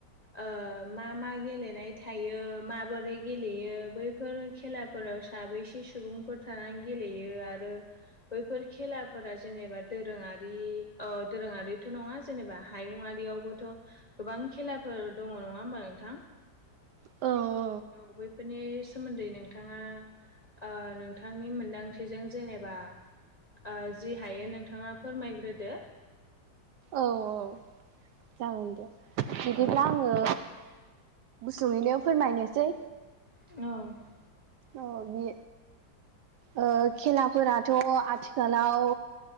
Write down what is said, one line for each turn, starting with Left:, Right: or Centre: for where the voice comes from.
Left: ओ मा मा गेलेनाय थायो माबोरै गेलेयो बैफोर खेलाफोराव साबैसे सुबुंफोर थानानै गेलेयो आरो बैफोर खेलाफोरा जेनेबा दोरों आरि औ दोरोङारि थ' नङा जेनेबा हायुंआरियावबोथ' गोबां खेलाफोर दङ नङा होमबा नोंथां
Right: औ औ
Left: औ बैफोरनि सोमोन्दै नोंथाङा आ नोंथांनि मोनदांथिजों जेनेबा आ जि हायो नोंथाङा फोरमायग्रोदो
Right: औ औ जागोन दे बिदिब्ला
Left: औ
Right: आङो गुसुङैनो फोरमायनोसै
Left: औ
Right: औ बे ओ खेलाफोराथ' आथिखालाव